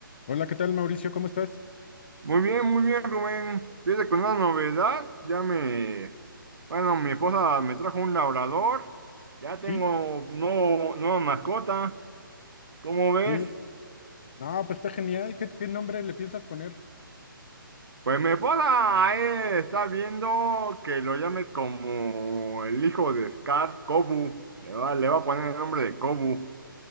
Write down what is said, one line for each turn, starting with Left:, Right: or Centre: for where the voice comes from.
Left: Hola, ¿qué tal, Mauricio? ¿Cómo estás?
Right: Muy bien, muy bien, Rubén. Fíjate con una novedad, ya me, bueno, mi esposa me trajo un labrador, ya tengo
Left: Sí,
Right: nuevo- nueva mascota. ¿Cómo ves?
Left: sí. No, pues está genial. ¿Qué, qué nombre le piensas poner?
Right: Pues mi esposa eh, está viendo que lo llame como el hijo de Scar, Kobu. Le va, le va a poner el nombre de Kobu.